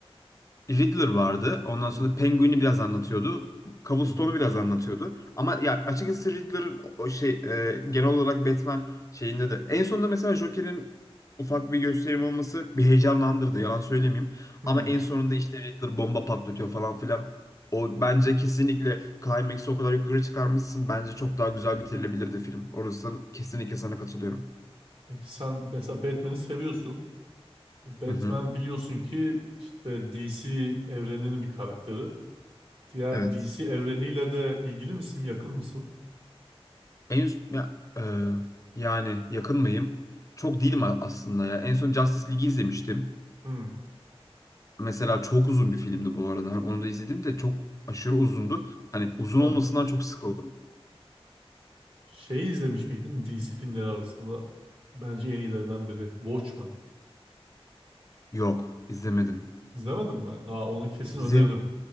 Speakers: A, on the left (about 30°); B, on the right (about 60°).
A: Riddler vardı. Ondan sonra
B: Hı,
A: Penguin'i biraz anlatıyordu. Cobblestone'u
B: hı, hı,
A: biraz anlatıyordu. Ama ya açıkçası Riddler'ın o şey e, genel olarak Batman şeyinde de en sonunda mesela Joker'in ufak bir gösterim olması bir heyecanlandırdı. Yalan söylemeyeyim.
B: hı.
A: Ama en sonunda işte Riddler bomba patlatıyor falan filan. O bence kesinlikle climax'ı o kadar yukarı çıkarmışsın. Bence çok daha güzel bitirilebilirdi film. Orası kesinlikle sana katılıyorum.
B: Peki sen mesela Batman'i seviyorsun. Bu Batman
A: Hı hı.
B: biliyorsun ki işte DC evreninin bir karakteri. Diğer
A: Evet.
B: DC evreniyle de ilgili misin, yakın mısın?
A: En ya, e, yani yakın mıyım? Çok değilim a- aslında ya. En son Justice League'i izlemiştim.
B: Hı.
A: Mesela çok uzun bir filmdi bu arada. Hani onu da izledim de çok aşırı uzundu. Hani uzun
B: Evet.
A: olmasından çok sıkıldım.
B: Şey izlemiş miydin DC filmleri arasında? Bence en iyilerinden biri. Watchmen.
A: Yok, izlemedim.
B: İzlemedin mi? Aa, onu kesin
A: İzle...
B: öneririm.